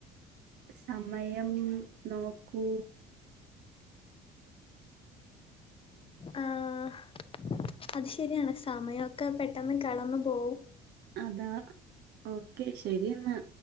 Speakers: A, on the right (about 55°); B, on the left (about 30°).
A: സമയം നോക്കൂ
B: ആഹ് അത് ശരിയാണ് സമയമൊക്കെ പെട്ടെന്ന് കടന്നു പോവും
A: അതാ ഓക്കെ ശരി എന്നാ